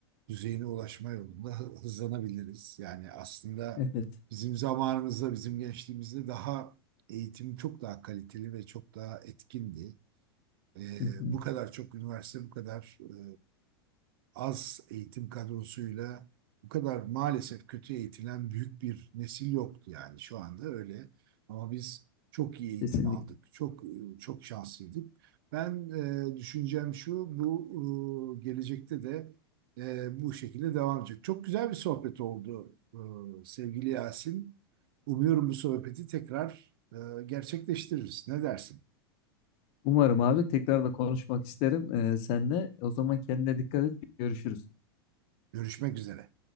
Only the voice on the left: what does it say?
Evet.
Hı hı.
Kesinlikle.
Umarım abi tekrar da konuşmak isterim e, seninle. O zaman kendine dikkat et. Görüşürüz.